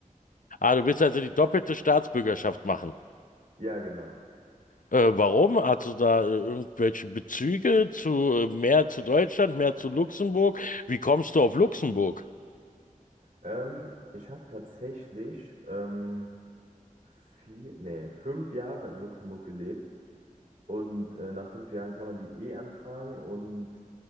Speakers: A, on the left; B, on the right.
A: Ah, du willst also die doppelte Staatsbürgerschaft machen.
B: Ja, genau.
A: Äh, warum? Hast du da äh, irgendwelche Bezüge zu äh, mehr zu Deutschland, mehr zu Luxemburg? Wie kommst du auf Luxemburg?
B: Ähm, ich habe tatsächlich ähm, vier, nee, fünf Jahre in Luxemburg gelebt und äh, nach fünf Jahren kann man die eh anfragen und